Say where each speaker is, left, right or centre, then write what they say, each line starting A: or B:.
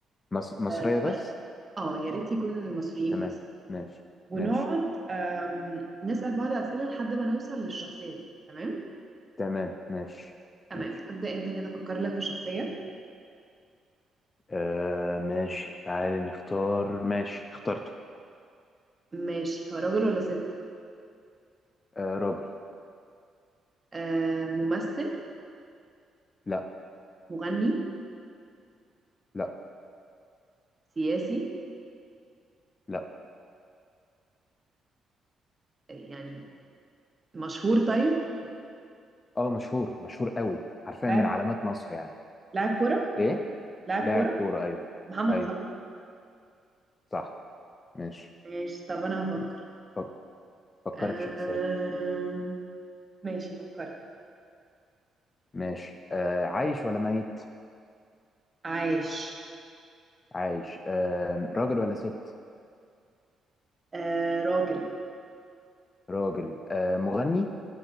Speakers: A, on the left; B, on the right.
A: مص... مصرية
B: اه
A: بس
B: وأنا- آه، يا ريت يكون مصريين
A: تمام
B: بس
A: ماشي
B: ونقعد
A: ماشي
B: آم، نسأل بعض أسئلة لحد ما نوصل للشخصية دي تمام
A: تمام ماشي
B: تمام
A: ماشي
B: ابدأ انت كده فكر لك في شخصية
A: آه ماشي تعالي نختار ماشي اخترته
B: ماشي هو راجل ولا ست
A: آه راجل
B: آه ممثل
A: لا
B: مغني
A: لا
B: سياسي
A: لا
B: آه، يعني مشهور طيب
A: اه مشهور مشهور قوي حرفيا
B: لاعب
A: من علامات مصر يعني
B: لاعب كرة
A: ايه
B: لاعب
A: لاعب
B: كرة
A: كورة ايوه
B: محمد
A: ايوه
B: صلاح
A: صح ماشي
B: ماشي طب انا هفكر
A: ماشي فك... فكري
B: أم...
A: في شخصية
B: ماشي فكرت
A: ماشي آه عايش ولا ميت
B: عايش
A: عايش آه راجل ولا ست
B: أه... راجل
A: راجل آه مغني